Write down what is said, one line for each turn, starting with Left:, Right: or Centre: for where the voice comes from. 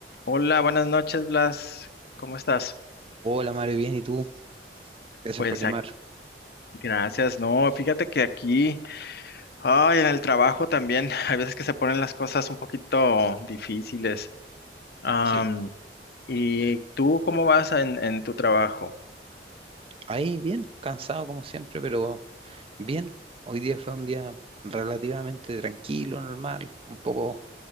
Left: Hola, buenas noches, Blas. ¿Cómo estás?
Right: Hola Mario, bien, ¿y tú? Gracias
Left: Pues
Right: por llamar.
Left: ac- gracias. No, fíjate que aquí, ay, en el trabajo también, <laughs> hay veces que se ponen las cosas un poquito difíciles. Am,
Right: Sí,
Left: ¿y tú cómo vas en, en tu trabajo?
Right: ahí bien, cansado como siempre, pero bien. Hoy día fue un día relativamente tranquilo, normal, un poco